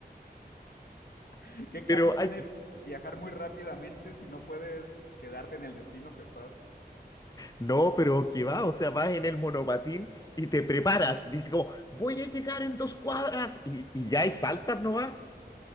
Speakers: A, on the left; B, on the left.
A: <laughs> ¿Qué caso
B: Pero
A: tiene
B: hay
A: viajar muy rápidamente si no puedes quedarte en el destino que estás?
B: No,
A: <laughs>
B: pero que va, o sea, vas en el monopatín y te preparas. Dice como, voy a llegar en dos cuadras. Y, y
A: Ujú.
B: ya, y saltas ¿no va?